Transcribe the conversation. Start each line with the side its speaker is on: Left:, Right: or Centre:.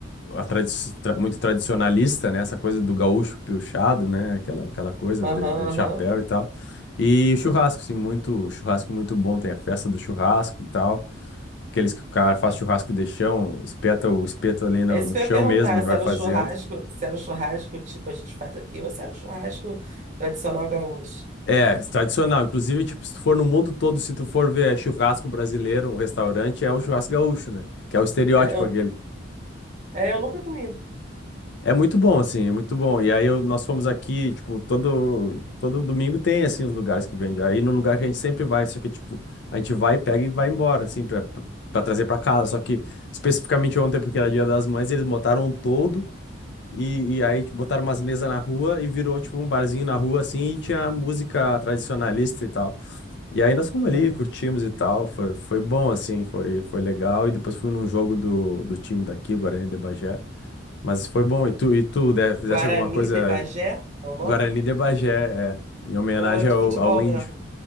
Left: a tradi- tra- muito tradicionalista, né? Essa coisa do gaúcho piochado, né? Aquela, aquela coisa
Right: Aham,
Left: de, de
Right: aham.
Left: chapéu e tal. E churrasco, assim, muito, churrasco muito bom. Tem a festa do churrasco e tal. Aqueles que o cara faz churrasco de chão, espeta o espeto ali no,
Right: É isso
Left: no
Right: que
Left: chão
Right: eu ia perguntar,
Left: mesmo e vai
Right: se era
Left: fazendo.
Right: um churrasco, se era um churrasco tipo a gente faz aqui, ou se era um churrasco tradicional gaúcho.
Left: É, tradicional. Inclusive, tipo, se tu for no mundo todo, se tu for ver churrasco brasileiro, um restaurante, é o churrasco gaúcho, né? Que é o estereótipo
Right: É, eu,
Left: aquele.
Right: é, eu nunca comi.
Left: É muito bom, assim, é muito bom. E aí eu- nós fomos aqui, tipo, todo, todo domingo tem, assim, os lugares que vende. Aí no lugar que a gente sempre vai, só que, tipo, a gente vai, pega e vai embora, assim, pra, pra trazer pra casa. Só que, especificamente ontem, porque era Dia das Mães, eles botaram um todo e, e aí tipo, botaram umas mesas na rua e virou, tipo, um barzinho na rua, assim, e tinha música tradicionalista e tal. E aí nós fomos ali,
Right: Uhum.
Left: curtimos e tal. Foi, foi bom, assim, foi, foi legal. E depois fui num jogo do, do time daqui, Guarani de Bagé. Mas foi bom. E tu, e tu, né, fizesse
Right: Guarani
Left: alguma coisa
Right: de Bagé é o nome?
Left: Guarani de Bagé, é, em homenagem
Right: Ah, de
Left: ao,
Right: futebol
Left: ao índio.
Right: mesmo.